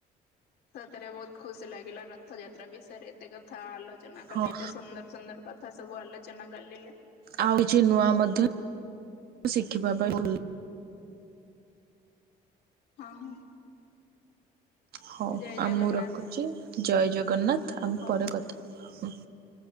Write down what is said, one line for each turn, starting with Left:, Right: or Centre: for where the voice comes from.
Left: ସତରେ ବହୁତ ଖୁସି ଲାଗିଲା ରଥଯାତ୍ରା ବିଷୟରେ ଏତେ କଥା ଆଲୋଚନା କଲେ
Right: ହଁ
Left: ଏତେ ସୁନ୍ଦର ସୁନ୍ଦର କଥା ସବୁ ଆଲୋଚନା ଗଲେ
Right: ଆଉ କିଛି ନୂଆ ମଧ୍ୟ ଶିଖିବା ପାଇଁ
Left: ହଁ।
Right: ହଉ
Left: ଜୟ ଜଗନ୍ନାଥ
Right: ଆଉ ମୁଁ ରଖୁଛି ଜୟ ଜଗନ୍ନାଥ ଆମ
Left: ହଉ
Right: ପରେ କଥା ହବା।